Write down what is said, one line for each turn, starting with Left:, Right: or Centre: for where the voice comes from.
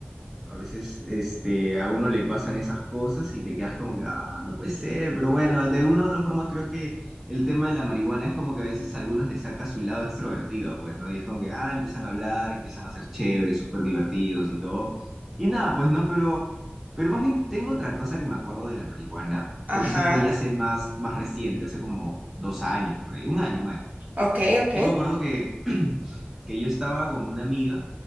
Centre: A veces este, a uno le pasan esas cosas y te quedas como que, ah, no puede ser. Pero bueno, de una u otra forma creo que el tema de la marihuana es como que a veces a algunos le saca su lado extrovertido, pues, ¿no? Y es como que, ah, empiezan a hablar, empiezan a ser chéveres, súper divertidos y todo. Y nada, pues, ¿no? Pero, pero más bien tengo otra cosa que me acuerdo de la marihuana, pero
Right: Ajá,
Centre: eso fue ya hace más, más reciente, hace como dos años, por ahí. Un año, un año.
Right: ok, ok.
Centre: Yo me acuerdo que, <clears throat> que yo estaba con una amiga